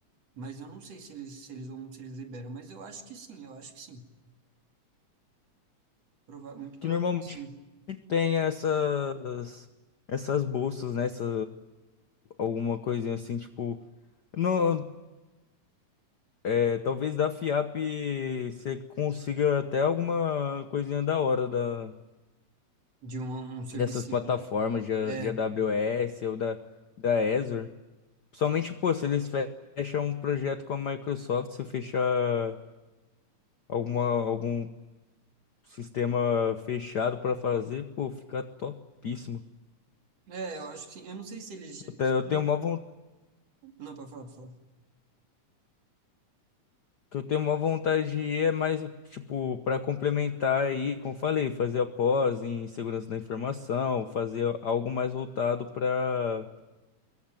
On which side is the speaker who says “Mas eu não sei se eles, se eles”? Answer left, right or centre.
Right